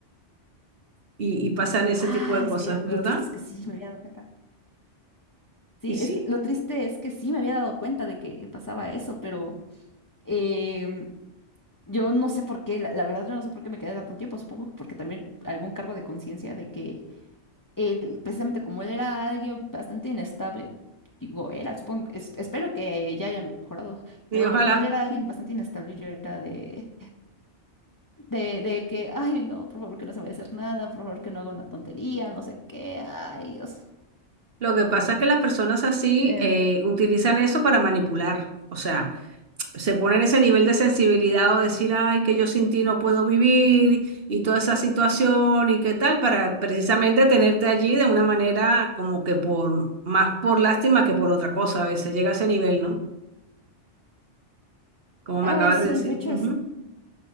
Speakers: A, on the right (about 55°); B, on the left (about 20°).
A: y, y pasan ese
B: Ah,
A: tipo de cosas,
B: es que
A: ¿verdad?
B: lo triste es que sí, me había dado cuenta. Sí,
A: Y sí,
B: es que lo triste es que sí, me había dado cuenta de que pasaba eso, pero em, yo no sé por qué, la, la verdad yo no sé por qué me quedé tanto tiempo, supongo que porque también algún cargo de conciencia de que él, precisamente como él era alguien bastante inestable, digo, era, supongo, es- espero que ya haya mejorado,
A: y
B: pero
A: ojalá.
B: bueno, como él era alguien bastante inestable, yo era de, de, de que, ay, no, por favor que no se vaya a hacer nada, por favor que no haga una tontería, no sé qué, ay, Dios.
A: Lo que pasa es que las personas así
B: Eh,
A: eh, utilizan eso para manipular. O sea, se ponen ese nivel de sensibilidad o decir, ay, que yo sin ti no puedo vivir y toda esa situación y qué tal, para precisamente tenerte allí de una manera como que por más por lástima que por otra cosa. A veces llega a ese nivel, ¿no? Como me
B: ay,
A: acabas
B: sí,
A: de decir.
B: de hecho,
A: Ujú.